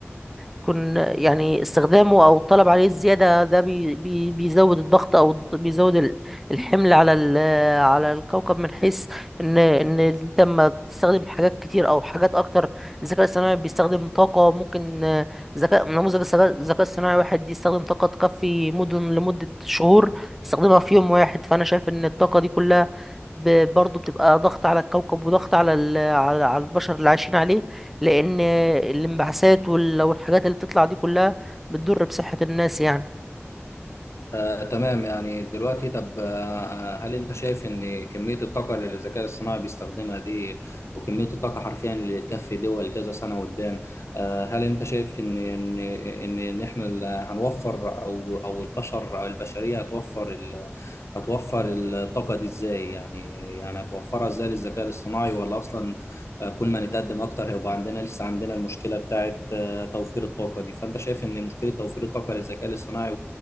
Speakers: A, in the centre; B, on the left (about 80°).
A: يكون يعني استخدامه او الطلب عليه الزياده ده بي بي بيزود الضغط او الض- بيزود ال- الحمل على ال- على الكوكب من حيث ان ان انت لما تستخدم حاجات كتير او حاجات اكتر الذكاء الصناعي بيستخدم طاقه ممكن آه، ذكاء نموذج الذكاء الذكاء الصناعي واحد يستخدم طاقه تكفي مدن لمده شهور يستخدمها في يوم واحد فانا شايف ان الطاقه دي كلها ب- برضه بتبقى ضغط على الكوكب وضغط على ال- على على البشر اللي عايشين عليه لان الانبعاثات وال- والحاجات اللي بتطلع دي كلها بتضر بصحة الناس يعني
B: آه، تمام يعني دلوقتي طب آه، آه، هل انت شايف ان كمية الطاقة اللي الذكاء الصناعي بيستخدمها دي وكمية الطاقة حرفيا اللي تكفي دول كذا سنة قدام آه، هل انت شايف ان ان ان ان احنا ال- هنوفر او او البشر او البشرية هتوفر ال هتوفر الطاقة دي ازاي يعني يعني هتوفرها ازاي للذكاء الصناعي ولا اصلا آه، كل ما نتقدم اكتر هيبقى عندنا لسه عندنا المشكلة بتاعت آه، توفير الطاقة دي فانت شايف ان مشكلة توفير الطاقة للذكاء الصناعي